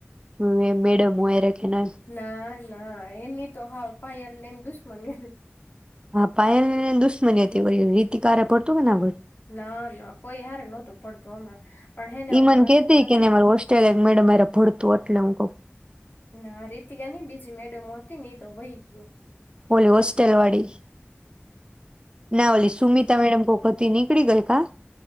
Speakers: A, on the right; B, on the left.
A: હમ્મ એ મેડમ હોય ર કે ના.
B: ના ના એની તો હા પાયા લઈને દુશ્મને.
A: હા પાયાલને દુશ્મની હતી ઓલી રીતિકારે પડતું કેને.
B: ના ના કોઈ હાર નહતું પડતું અમારે. પણ હેને
A: ઈમન
B: અમે વાતો
A: કેતી
B: કરતા
A: કેને અમાર હોસ્ટેલિયા મેડમ મારે ભરતું હતું પટલંગો.
B: ના રીતિકા નઈ બીજી મે મોતી નહી તો વહી ગયું.
A: ઓલી હોસ્ટેલ વાળી ના ઓલી સુમીતા
B: હમ
A: મેડમ કોક હતી ને કકડી ગઈ કા?